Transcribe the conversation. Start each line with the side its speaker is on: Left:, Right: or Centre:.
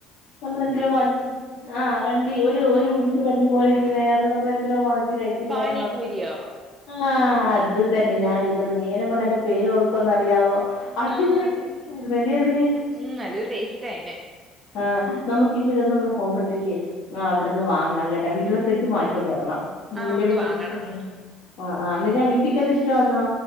Left: നമ്മൾ എന്തിനോ
Right: മണ്ടിക്ക്
Left: വ ആ വണ്ടി ഒരു ഒരു ഉണ്ട് വണ്ടി പോലെരിക്കുന്നതിനകത്ത് നമ്മൾ എന്തരോ വാ കഴിച്ചില്ലായിരുന്നോ?
Right: പാനിപൂരിയോ
Left: ആഹ് അത് തന്നെ ഞാൻ ഇത്ര നേരം കൊണ്ട് അതിന്റെ പേര് ഓർക്കുവാന്നറിയാവോ? അടിപൊളി
Right: ആഹ്
Left: ടേസ്റ്റായിരുന്നല്ലേ അതിന്
Right: ഉം നല്ല ടേസ്റ്റാ അയിന്
Left: ആഹ് നമ്മക്ക് ഇനി ഒര് ദിവസം കൂടെ പോകുമ്പഴ്ത്തേക്കെ അ അവിടുന്ന് വാങ്ങാം കേട്ടോ വീട്ടിലത്തേക്ക് വാങ്ങിച്ചോണ്ട് വരണം.
Right: ആഹ്
Left: നിന്റെ
Right: നമുക്ക്
Left: <unintelligible>
Right: വാങ്ങണം
Left: ആഹ് ആഹ് നിന്റെ അനിയത്തിക്കത് ഇഷ്ട്ടവാന്നോ